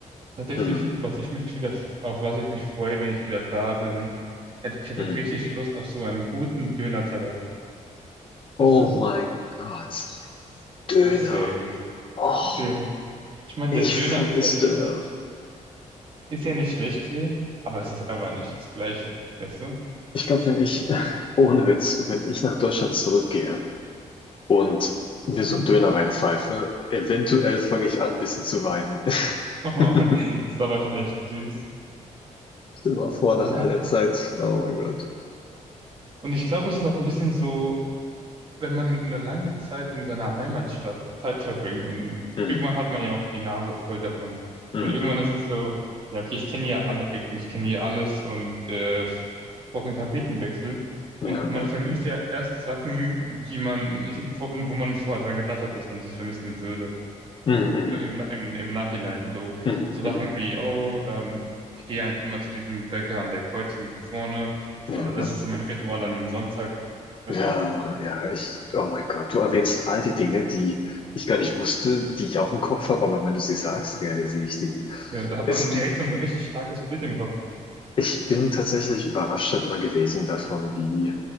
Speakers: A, on the right; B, on the left.
A: Tatsächlich,
B: Mm,
A: was ich mich wieder, auf was ich mich freue, wenn ich wieder da bin, hätte- ich hätte
B: mm.
A: richtig Lust auf so einen guten Döner-Teller. Weißt
B: Oh
A: du?
B: mein Gott, ja, Döner.
A: Das wäre gut.
B: Oh.
A: Döner. Ich meine,
B: Ich
A: der Döner
B: vermisse
A: ist ja nicht
B: Döner.
A: schlecht. Ist ja nicht schlecht hier, aber es ist einfach nicht das Gleiche. Weißt du?
B: Ich glaube, wenn ich, <laughs> ohne Witz, wenn ich nach Deutschland zurückgehe und mir
A: Mhm.
B: so einen Döner reinpfeife, eventuell fange ich an, ein bisschen zu weinen. <laughs>
A: Oh,
B: Stell
A: <laughs> das ist aber schon echt süß.
B: dir mal vor, nach
A: Ja,
B: all der Zeit. Oh mein Gott.
A: und ich glaube, es ist auch ein bisschen so. wenn man eine lange Zeit in seiner Heimatstadt Zeit verbringt und
B: Mm,
A: irgendwann hat man ja auch die Nase voll davon.
B: mm,
A: Und irgendwann
B: mm.
A: ist es so, ja, okay, ich kenne hier alle Ecken, ich kenne hier alles und äh, brauche einen Tapetenwechsel.
B: Ja,
A: Und man
B: ja.
A: vermisst ja erst Sachen, die man nicht, wo wo man nicht vorher dran gedacht hat, dass man sie vermissen würde.
B: Mm, mm,
A: Im, im, im Nachhinein. So,
B: mm,
A: so
B: mm.
A: Sachen wie, oh, ähm, ich gehe eigentlich immer zu diesem Bäcker an der Kreuzung da vorne.
B: Ja,
A: Oder
B: ja.
A: das ist so mein Ritual an einem Sonntag. Weißt
B: Ja,
A: du?
B: ja, ich, oh mein Gott, du erwähnst all die Dinge, die ich gar nicht wusste, die ich auch im Kopf habe, aber wenn du sie sagst, realisiere ich die.
A: Ja, da hat
B: Es
A: man direkt so ein richtig starkes Bild im Kopf.
B: Ich bin tatsächlich überrascht dann immer gewesen davon, wie